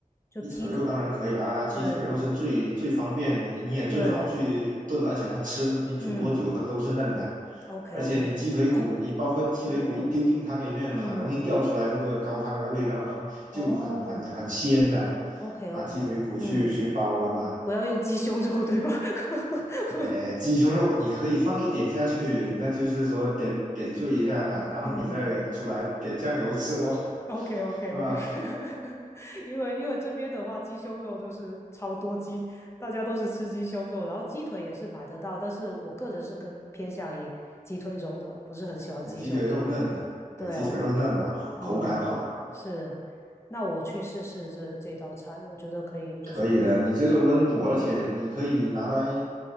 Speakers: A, on the left; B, on the right.
A: 就鸡腿。
B: 鸡腿肉当然可以啦，鸡腿肉是最最方便，
A: 对
B: 你你也最好去炖，
A: 对，
B: 而且它吃你煮多久它都是嫩的，
A: 嗯，OK
B: 而且你鸡腿骨，
A: OK，哦
B: 你包括鸡腿骨一丢进汤里面，
A: 哦，嗯
B: 很容易掉出来那个高汤的味道，<laughs>
A: 哦
B: 就很很很鲜的。
A: ，OK
B: 拿鸡腿骨去去煲的话，
A: OK，嗯，不要用鸡胸肉对吧？<laughs>
B: 哎，鸡胸肉你可以放一点下去，那就是说点点缀一下，然后你再出来点酱油吃咯，
A: 嗯。OK
B: <laughs>
A: OK
B: 是吧？
A: OK，<laughs> 因为因为这边的话，鸡胸肉就是超多鸡，大家都是吃鸡胸肉，然后鸡腿也是买得到，但是我个人是更偏向于鸡腿肉的，我不是很喜欢鸡胸肉。
B: 对，鸡腿肉嫩的，对，
A: 对啊，
B: 鸡腿肉嫩嘛，口口感好啊。
A: 嗯，是，那我去试试这这道菜，我觉得可以，就是补一补这样。
B: 可以的，你这个温补，
A: 嗯，
B: 而且你可以拿来